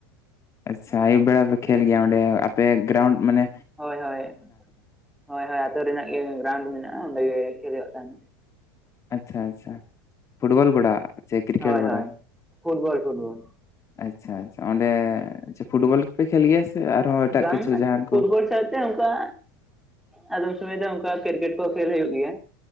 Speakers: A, on the left; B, in the centre.
A: ᱟᱪᱪᱷᱟ ᱟᱭᱩᱵ ᱵᱮᱲᱟ ᱯᱮ ᱠᱷᱮᱞ ᱜᱮᱭᱟ ᱚᱸᱰᱮ ᱟᱯᱮ ᱜᱮᱨᱟᱣᱩᱱᱰ ᱢᱟᱱᱮᱼᱼ
B: ᱦᱳᱭ ᱦᱳᱭ ᱦᱳᱭ ᱦᱳᱭ ᱟᱛᱳ ᱨᱮᱱᱟᱜ ᱜᱮ ᱜᱮᱨᱟᱣᱩᱱᱰ ᱢᱮᱱᱟᱜᱼᱟ ᱚᱸᱰᱮ ᱜᱮ ᱠᱷᱮᱞᱳᱜ ᱦᱩᱭᱩᱜ ᱛᱟᱦᱮᱫ
A: ᱟᱪᱪᱷᱟ ᱟᱪᱪᱷᱟ ᱯᱷᱩᱴᱵᱚᱞ ᱜᱚᱰᱟ ᱥᱮ ᱠᱨᱤᱠᱮᱴ
B: ᱦᱳᱭ
A: ᱜᱚᱰᱟ
B: ᱦᱳᱭ ᱯᱷᱩᱴᱵᱚᱞ ᱯᱷᱩᱴᱵᱚᱞ
A: ᱟᱪᱪᱷᱟ ᱟᱪᱪᱷᱟ ᱚᱸᱰᱮ ᱯᱷᱩᱴᱵᱚᱞ ᱯᱮ ᱠᱷᱮᱞ ᱜᱮᱭᱟ ᱥᱮ ᱟᱨᱦᱚᱸ ᱮᱴᱟᱜ
B: ᱵᱟᱝ
A: ᱠᱤᱪᱷᱩ ᱡᱟᱦᱟᱱ
B: ᱯᱷᱩᱴᱵᱚᱞ
A: ᱠᱚᱼᱼ
B: ᱥᱟᱶᱛᱮ ᱚᱱᱠᱟ ᱟᱫᱚᱢ ᱥᱚᱢᱚᱭ ᱫᱚ ᱚᱱᱠᱟ ᱠᱨᱤᱠᱮᱴ ᱠᱚ ᱠᱷᱮᱞ ᱦᱳᱭᱳᱜ ᱜᱮᱭᱟ